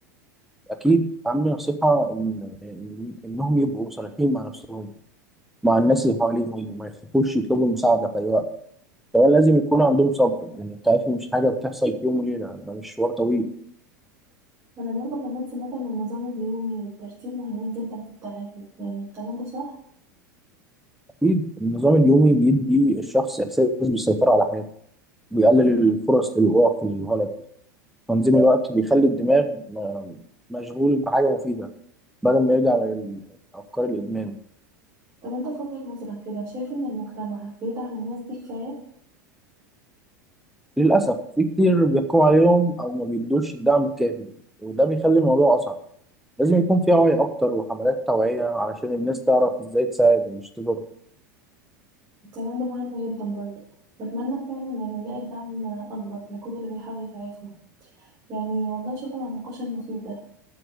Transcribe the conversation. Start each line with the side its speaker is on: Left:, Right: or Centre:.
Centre: أكيد أهم نصيحة إن إن- إنهم يبقوا صريحين مع نفسهم مع الناس اللي حواليهم وما يخافوش يطلبوا المساعدة في أي وقت كمان لازم يكون عندهم صبر لأن التعافي مش حاجة بتحصل في يوم وليلة ده مشوار طويل
Right: أنا برضه كمان سمعت إن النظام اليومي والترتيب مهمين جدا في التعافي يعني الكلام ده صح؟
Centre: أكيد النظام اليومي بيدي الشخص إحساس بالسيطرة على حياته بيقلل الفرص للوقوع في الغلط تنظيم الوقت بيخلي الدماغ م- مشغول بحاجة مفيدة بدل ما يرجع للأفكار الإدمان
Right: طب أنت في وجهة نظرك كده شايف إن المجتمع بيدعم الناس دي كفاية؟
Centre: للأسف في كتير بيقوا عليهم أو ما بيدوش الدعم الكافي وده بيخلي الموضوع أصعب لازم يكون في وعي أكتر وحملات توعية علشان الناس تعرف إزاي تساعد مش تضر
Right: الكلام ده مهم جدا برضه بتمنى فعلا يعني نلاقي دعم أكبر لكل اللي بيحاول يتعافوا يعني والله شكرا على النقاش المفيد ده